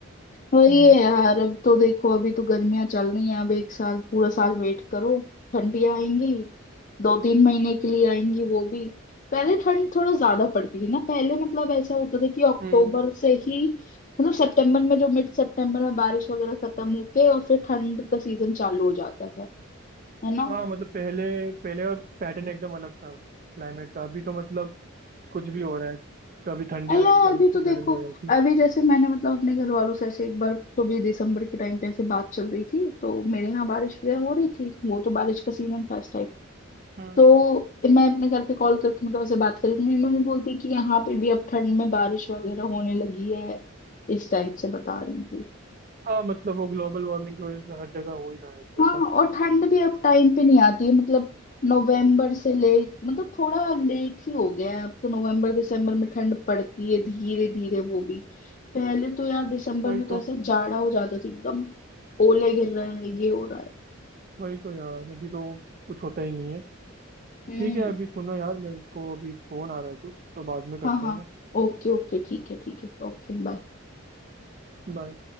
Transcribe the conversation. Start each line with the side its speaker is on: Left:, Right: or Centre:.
Left: वही
Right: हम्म
Left: है यार अब तो देखो अभी तो गर्मियां चल रही हैं अब एक साल पूरा साल वेट करो ठंडी आएंगी दो तीन महीने के लिए आएंगी वो भी पहले ठंड थोड़ा ज्यादा पड़ती थी ना पहले मतलब ऐसा होता था कि अक्टूबर
Right: हम्म
Left: से ही मतलब सितंबर में जो मिड सितंबर में बारिश वगैरह खत्म होके और फिर ठंड का सीजन चालू हो जाता था है ना
Right: हाँ मतलब पहले पहले का पैटर्न एकदम अलग था क्लाइमेट का अभी तो मतलब कुछ भी हो रहा है कभी ठंडी
Left: अरे
Right: हो
Left: यार
Right: जाती कभी
Left: अभी तो
Right: थ-
Left: देखो
Right: गर्मी हो जाती
Left: अभी जैसे मैंने मतलब अपने घर वालों से ऐसे एक बार तो भी दिसंबर के टाइम पे ऐसे बात चल रही थी तो मेरे यहाँ बारिश वगैरह हो रही थी वो तो बारिश का सीजन था इस टाइम
Right: हम्म
Left: तो मैं अपने घर पे कॉल करके मतलब उसे बात करी तो मेरी मम्मी बोलती कि यहाँ पे भी अब ठंड में बारिश वगैरह होने लगी है इस टाइप से बता रही थी
Right: हाँ मतलब वो ग्लोबल वार्मिंग की वजह से हर जगह हो ही रहा है अभी
Left: हाँ
Right: ऐसा
Left: और ठंड भी अब टाइम पे नहीं आती है मतलब नवंबर से ले मतलब थोड़ा लेट ही हो गया है अब तो नवंबर दिसंबर में ठंड पड़ती है धीरे धीरे वो भी पहले तो यार दिसंबर
Right: वही
Left: में तो
Right: तो
Left: ऐसा जाड़ा हो जाता था एकदम ओले गिर रहे हैं ये हो रहा है
Right: वही तो यार अभी तो कुछ होता ही नहीं है
Left: हम्म
Right: ठीक है अभी सुनो यार मेरे को अभी फोन आ रहा है कुछ तो बाद में करते
Left: हाँ हाँ
Right: हैं ना
Left: ओके ओके ठीक है ठीक है ओके बाय
Right: बाय